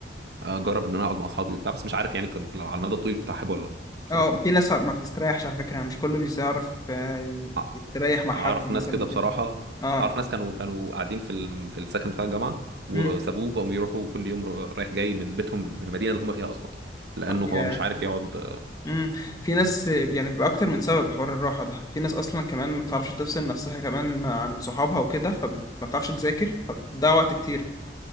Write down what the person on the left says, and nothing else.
اه في ناس ما بتستريحش على فكرة يعني مش كله بيعرف آه،
يستريح مع
حد مثلا
كده اه
امم
يا
امم في ناس آه، يعني بيبقى اكتر من سبب حوار الراحة ده في ناس اصلا كمان ما بتعرفش تفصل نفسها كمان مع- عن صحابها وكده فما بتعرفش تذاكر فبتضيع وقت كتير